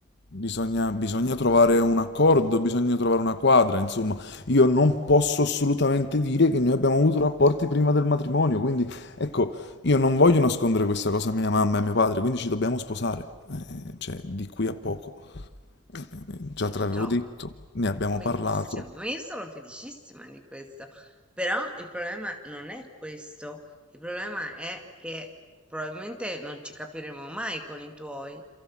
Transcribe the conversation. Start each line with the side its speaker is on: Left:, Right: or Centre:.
Left: bisogna, bisogna trovare un accordo, bisogna trovare una quadra, insomma, io non posso assolutamente dire che noi abbiamo avuto rapporti prima del matrimonio, quindi ecco, io non voglio nascondere questa cosa a mia mamma e a mio padre, quindi ci dobbiamo sposare, eh, cioè di qui a poco. Eh, eh, già
Centre: certo.
Left: te l'avevo detto, ne abbiamo
Centre: Benissimo,
Left: parlato.
Centre: ma io sono felicissima di questo, però il problema non è questo, il problema è che probabilmente non ci capiremo mai con i tuoi,